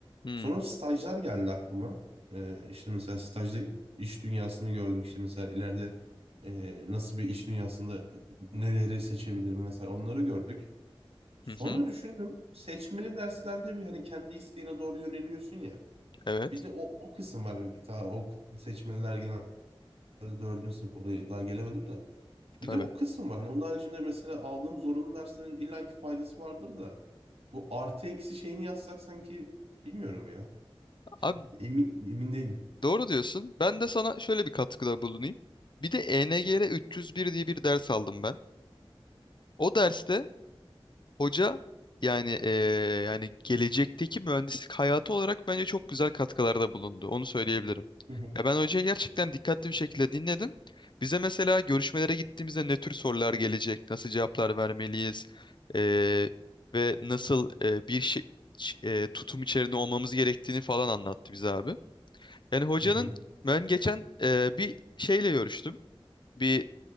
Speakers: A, on the left; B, on the right.
A: Hmm.
B: Sonra stajlar geldi aklıma. Ee, işte mesela stajda iş dünyasını gördük. İşte mesela ileride e, nasıl bir iş dünyasında neleri seçebilirim mesela onları gördük. Sonra
A: Hı hı.
B: düşündüm seçmeli derslerde bir hani kendi isteğine doğru yöneliyorsun ya.
A: Evet.
B: Bir de o, o kısım var. Bir- Ta, o k- seçmeliler genelde dördüncü sınıf oraya daha gelemedim de.
A: Tabii.
B: Bir de o kısım var. Hani onun haricinde mesela aldığım zorunlu derslerin illaki faydası vardır da. Bu artı eksi şeyini yazsak sanki bilmiyorum ya.
A: Abi
B: Emin, emin değilim.
A: Doğru diyorsun. Ben de sana şöyle bir katkıda bulunayım. Bir de ENGR 301 diye bir ders aldım ben. O derste hoca yani eee, yani gelecekteki mühendislik hayatı olarak bence çok güzel katkılarda bulundu. Onu söyleyebilirim.
B: Hı hı.
A: Ya ben hocayı gerçekten dikkatli bir şekilde dinledim. Bize mesela görüşmelere gittiğimizde ne tür sorular gelecek, nasıl cevaplar vermeliyiz eee, ve nasıl eee, bir şey, ç- eee, tutum içerisinde olmamız gerektiğini falan anlattı bize abi. Yani hocanın
B: Hı hı.
A: ben geçen e, bir şeyle görüştüm. Bir